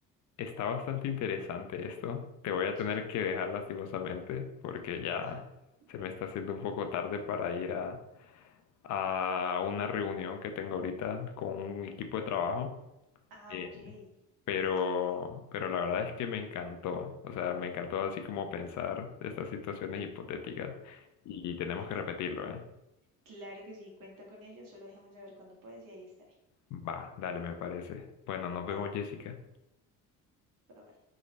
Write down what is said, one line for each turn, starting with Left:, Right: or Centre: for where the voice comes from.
Left: Está bastante interesante esto. Te voy a tener
Right: Sí.
Left: que dejar lastimosamente porque ya
Right: Ah,
Left: se
Right: bien.
Left: me está haciendo un poco tarde para ir a, a una reunión que tengo ahorita con un equipo de trabajo.
Right: Ah,
Left: Eh,
Right: ok.
Left: pero,
Right: No, dale, Miguel.
Left: pero la verdad es que me encantó. O sea, me encantó así como pensar estas situaciones hipotéticas. Y tenemos
Right: Genial.
Left: que repetirlo, ¿eh?
Right: Claro que sí, cuenta con ello. Solo déjame saber cuándo puedes y ahí estaré.
Left: Va, dale, me parece. Bueno, nos vemos,
Right: Bye.
Left: Jessica.
Right: Bye, bye.